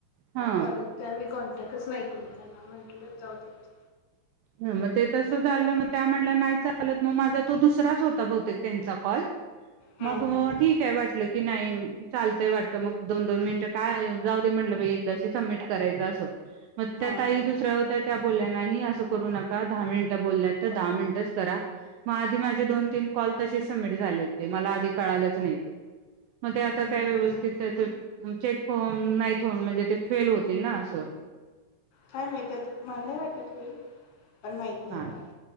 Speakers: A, on the right (about 85°); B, on the left (about 75°).
A: हा
B: परत काय मी कॉन्ट टकच नाही केलं त्यांना म्हंटलं जाऊदेत
A: ह मग ते तसं झालं मग त्या म्हणला नाही चालत मग माझा तो दुसराच होता बहुतेक त्यांचा काॅल
B: हम्म
A: मग ठीक आहे वाच की नाही चालतय वाटत मग दोन दोन मिनट काय जाऊदे म्हटलं बाई एकदाची सबमिट करायच अस त्या
B: हम्म
A: ताई दुसऱ्या
B: हम्म.
A: होत्या त्या बोल्या नाही अस करू नका दहा मिनिटे बोललात तर दहा मिनिटेच करा मग आधी माझे दोन-तीन कॉल तसेच सबमिट झाले होते मला आधी कळालेच नाही ते मध्ये आता
B: हम्म
A: काय व्यवस्थित
B: हम्म
A: आहे ते चेक होऊन नाहीत होऊन म्हणजे ते फेल होतील ना असं
B: काय मिळतात मला नाही वाटत होईल पण माहित नाही
A: हा
B: आता